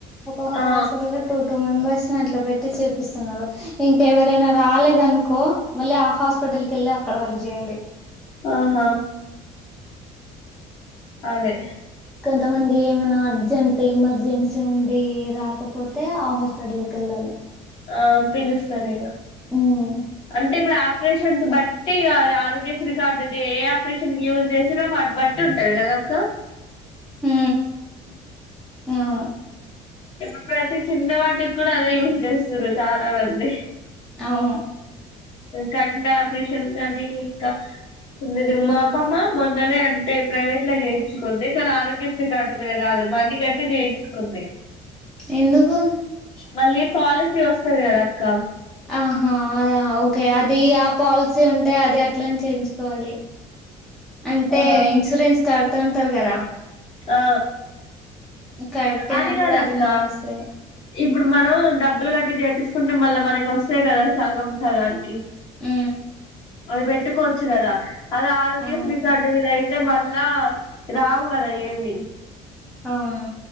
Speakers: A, in the centre; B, on the left (about 40°).
A: ఒక్కొక్క
B: ఆ
A: హాస్పిటల్ లో టూ టూ మెంబెర్స్ ని అట్లా పెట్టి చేపిస్తున్నారు ఇంకా ఎవరైనా రాలే దనుకో మళ్ళీ ఆ హాస్పిటల్ కెళ్ళి అక్కడ వర్కు చేయాలి
B: ఆహా అదే
A: కొంతమంది ఏమైనా అర్జెంట్ ఎమర్జెన్సీ ఉండి రాకపోతే ఆ హాస్పిటల్ కి వెళ్ళాలి
B: ఆ పిలుస్తారు ఇగ
A: ఉమ్
B: అంటే ఇప్పుడు ఆ ఆపరేషన్స్ బట్టి ఇ ఆరోగ్యశ్రీ కార్డుది ఏ ఆపరేషన్ యూజ్ చేసిరో వాటి బట్టి ఉంటది కదక్క
A: ఉ ఆవును
B: ఇప్పుడు ప్రతి చిన్న వాటికి కూడా అదే యూజ్ చేస్తురు చాలా మంది
A: అవును
B: కన్నా ప్రిషన్ కాని ఇంకా మీరు మా అమ్మమ్మ మొన్ననే అంటే ప్రైవేట్ ల చేయించుకుంది కానీ ఆరోగ్యశ్రీ కార్డు మీద కాదు మనీ గట్టి చేయించుకుంది
A: ఎందుకు
B: మళ్ళీ పాలసీ వస్తది కదా అక్క
A: ఆహా అదా ఓకే అది ఆ పాలసీ ఉంటే అది అట్లనె చేయించుకోవాలి అంటే
B: ఆ
A: ఇన్సూరెన్స్ కడుతుంటారు కదా
B: ఆ
A: కట్టినప్పుడు
B: అది కాదక్క
A: మనీ వస్తది
B: ఇప్పుడు మనం డబ్బులు కట్టి చేపించుకుంటే మళ్ళా మనకి వస్తాయి కదా సగం సగానికి
A: ఉ
B: అది పెట్టుకోవచ్చు కదా అద ఆరోగ్యశ్రీకార్డు
A: అవును
B: మీద ఐ అంటే మళ్ళా రావు కదా ఏమి
A: అవును